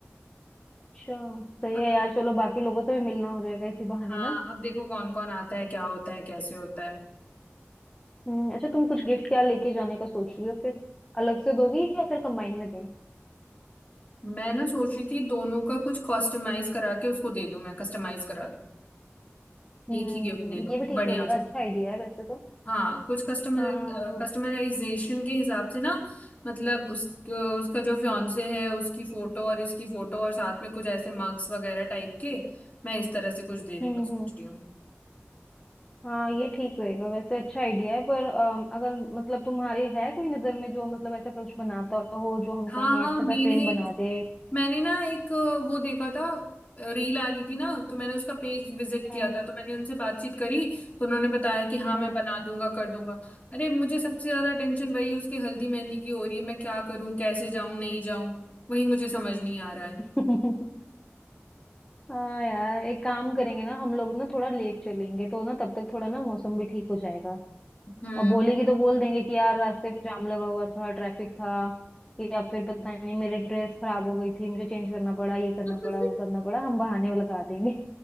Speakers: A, on the left (about 15°); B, on the left (about 35°).
A: अच्छा सही
B: अब
A: है यार चलो बाकी लोगों से भी मिलना हो जाएगा इसी बहाने
B: हाँ
A: ना
B: अब देखो कौन कौन आता है क्या होता है कैसे होता है
A: हम्म अच्छा तुम कुछ गिफ्ट क्या लेके जाने का सोच रही हो फिर अलग से दोगी या फिर कंबाइन में दें
B: मैं ना सोच रही थी दोनों का कुछ कस्टमाइज करा के उसको दे दूं मैं कस्टमाइज करा दूं
A: हम्म
B: एक ही गिफ्ट दे दूं
A: ये भी ठीक
B: बढ़िया
A: रहेगा
B: सा
A: अच्छा आइडिया है वैसे तो
B: हाँ कुछ कस्टमर
A: हाँ हम्म
B: कस्टमाइजेशन के हिसाब से ना मतलब उस उसका जो फियांसे है उसकी फोटो और इसकी फोटो और साथ में कुछ ऐसे मग्स वगैरह टाइप के मैं इस तरह से कुछ देने
A: हम्म
B: का सोच रही हूँ
A: हाँ ये ठीक रहेगा वैसे अच्छा आइडिया है पर अम, अगर मतलब तुम्हारे है कोई नजर में जो मतलब ऐसा कुछ बनाता हो जो हम
B: हाँ
A: कहें
B: हाँ
A: अच्छा
B: मेरी
A: सा फ्रेम बना
B: एक
A: दे
B: मैंने ना एक अ, वो देखा था रील आ रही थी ना तो मैंने उसका पेज विजिट किया
A: हम्म
B: था तो मैंने उनसे बातचीत करी तो उन्होंने बताया कि हाँ
A: हम्म
B: मैं बना दूंगा कर दूंगा अरे मुझे सबसे ज्यादा टेंशन वही उसके हल्दी मेहंदी की हो रही है मैं क्या करूं कैसे जाऊं नहीं जाऊं वही मुझे समझ नहीं आ रहा है
A: <laughs> हाँ यार एक काम करेंगे ना हम लोग ना थोड़ा लेट चलेंगे तो ना तब तक थोड़ा ना मौसम भी ठीक हो जाएगा
B: हम्म
A: और बोलेगी तो बोल देंगे कि यार रास्ते में जाम लगा हुआ था ट्रैफिक था या फिर पता नहीं मेरी ड्रेस खराब हो गई थी मुझे चेंज करना पड़ा ये करना
B: <laughs>
A: पड़ा वो करना पड़ा हम बहाने लगा देंगे